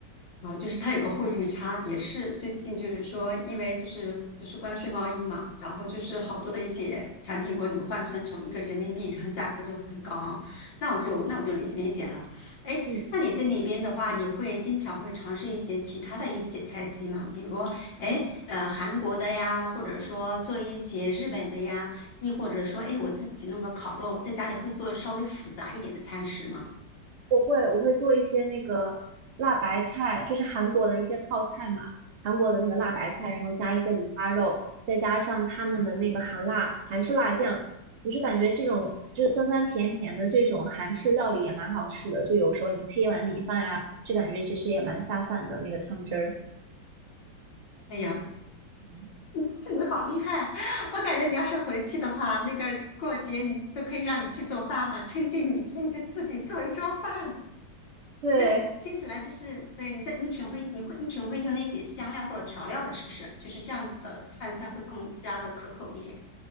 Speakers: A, on the left; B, on the right.
A: 啊，就是它有个汇率差，也是最近就是说，因为就是就是关税贸易嘛，然后就是好多的一些产品，如果你换算成一个人民币，然后价格就很高啊，那我就那我就理理解了。哎，
B: 嗯，
A: 那你在那边的话，你会经常会尝试一些其他的一些菜系吗？比如，哎，呃，韩国的呀，或者说做一些日本的呀，亦或者说，哎，我自己弄个烤肉，在家里会做稍微复杂一点的餐食吗？
B: 我会我会做一些那个辣白菜，就是韩国的一些泡菜嘛，韩国的那个辣白菜，然后加一些五花肉，再加上他们的那个韩辣韩式辣酱，我就感觉这种就是酸酸甜甜的这种韩式料理也蛮好吃的，就有时候你配一碗米饭呀，就感觉其实也蛮下饭的那个汤汁儿。
A: 哎呀，
B: 嗯，
A: <laughs> 你好厉害！我感觉你要是回去的话，那个过节你都可以让你去做饭了，趁机你天天自己做一桌饭，
B: 对，
A: 就听起来就是对你在你挺会，你会你挺会用那些香料或者调料的，是不是？就是这样子的饭菜会更加的可口一点。